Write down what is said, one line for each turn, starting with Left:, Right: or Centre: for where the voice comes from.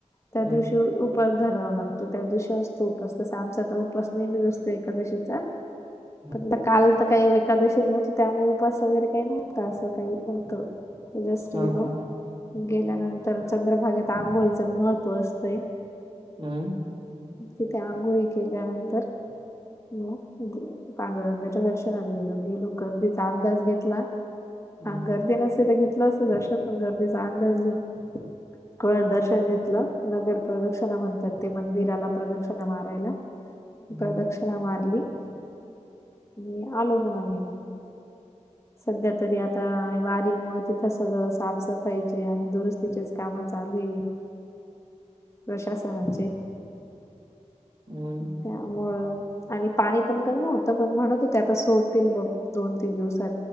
Left: त्या दिवशी
Right: हं,
Left: उ-उपास धरावा लागतो, त्या दिवशी असतो उपास तसा आमचा त उपवास नेहमीच असतो एकादशीचा,
Right: हं.
Left: फक्त काल आता काय एकादशी नव्हती त्यामुळे उपास वगैरे काही नव्हतं असं काही न्हवत. जष्ट
Right: हां,
Left: गेलो,
Right: हां, हां.
Left: गेल्यानंतर चंद्रभागेत आंघोळीचं महत्त्व असतंय.
Right: अम्.
Left: तिथे अंघोळी केल्यानंतर मग पांडुरंगाच्या दर्शनाला गेलो गेलो गर्दीचा अंदाज घेतला.
Right: हं,
Left: हा गर्दी नसते, तर घेतलं असतं दर्शन. पण गर्दीचा अंदाज घेऊन कळ दर्शन घेतलं नगर प्रदक्षणा म्हणतात ते मंदिराला प्रदक्षणा मारायला.
Right: हं,
Left: प्रदक्षिणा मारली आणि आलो मग आम्ही. सध्या तरी आता वारी मुळ तिथं सगळं साफसफाईचे आणि दुरुस्तीचेच कामं चालू आहे. प्रशासनांचे
Right: हम्म.
Left: त्यामुळं. आणि पाणी पण कमी होत पण म्हणत होत्या आता सोडतील बघ दोन तीन दिवसात.